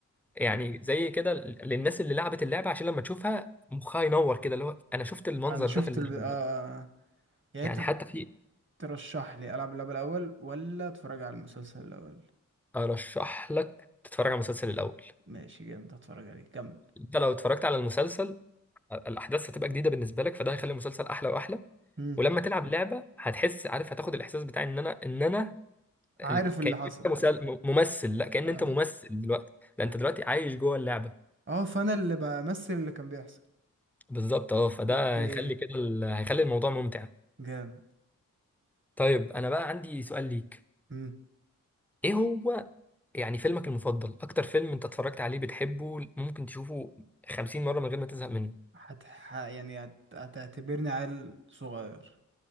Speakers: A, in the centre; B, on the right.
A: يعني زي كده للناس اللي لعبت اللعبه عشان لما تشوفها مخها ينور كده اللي هو انا شفت المنظر
B: انا شفت
A: ده في اللعبه
B: ال... آه... يعني
A: يعني
B: انت
A: حتى في
B: ترشح لي العب اللعبة الاول ولا اتفرج على المسلسل الاول
A: ارشح لك تتفرج على المسلسل الاول
B: ماشي جامد اتفرج عليه كمل
A: انت لو اتفرجت على المسلسل الاحداث هتبقى جديده بالنسبه لك فده هيخلي المسلسل احلى واحلى
B: مم.
A: ولما تلعب لعبه هتحس عارف هتاخد الاحساس بتاع ان انا ان انا
B: عارف
A: ال-
B: اللي
A: كأن
B: حصل
A: انت مسل- ممثل لا كأن
B: اه
A: انت ممثل دلوقتي لا انت دلوقتي عايش جوه اللعبه
B: آه، فانا اللي بمثل اللي كان بيحصل
A: بالظبط اه فده
B: اوكي
A: هيخلي كده ال- هيخلي الموضوع ممتع
B: جامد
A: طيب انا بقى عندي سؤال ليك
B: مم.
A: ايه هو يعني فيلمك المفضل اكتر فيلم انت اتفرجت عليه بتحبه ممكن تشوفه 50 مرة من غير ما تزهق منه
B: هت... ح... يعني هت... هتعتبرني عيل صغير